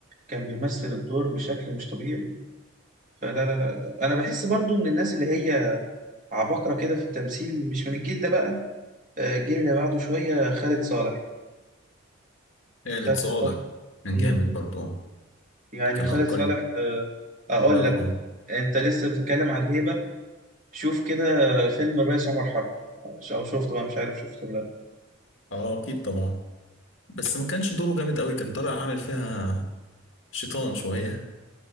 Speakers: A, on the right; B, on the left.
A: كان بيمثل الدور بشكل مش طبيعي فلا لا لا انا بحس برضو من الناس اللي هي عباقرة كده في التمثيل مش من الجيل ده بقى آه، الجيل اللي بعده شوية خالد صالح
B: خالد
A: خالد
B: صالح
A: صالح
B: كان
A: مم.
B: جامد برضه
A: يعني
B: كان
A: خالد
B: عبقري
A: صالح آه، اقول
B: الله يرحمه
A: لك انت لسه بتتكلم على الهيبة شوف كده فيلم الريس عمر حرب ش- او شفته بقى مش عارف شفته ولا لا
B: اه اكيد طبعا بس ما كانش دوره جامد قوي كان طالع عامل فيها شيطان شوية